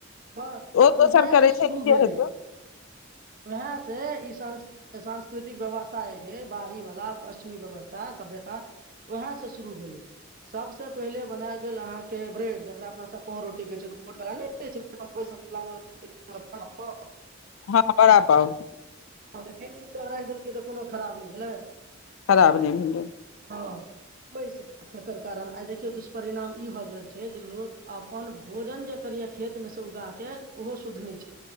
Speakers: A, on the right; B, on the left.
A: बस
B: ओ
A: उएह
B: दोसर करै
A: से शुरू
B: छै कि
A: भेलै
B: के हेतै
A: उएह से ई सांस्कृतिक व्यवस्था जे छै बाहरी वालला पश्चिमी व्यवस्था सभ्यता उएहसँ शुरू भेलै सबस पहिले बना गेल अहाँ के ब्रेड जकरा अपना सब पावरोटी के छै मोट वला पैसा प <unintelligible>
B: हँ बडापाव
A: तीन दिन राखि देलकै तऽ कोनो खराब नहि भेलै
B: खराब नहि भेले
A: ह बैस तकर कारण आइ देखियौ दुष्परिणाम ई भए गेल छै जे लोक अपन भोजन जे करिय खेत मे से उगा के ओहो शुद्ध नहि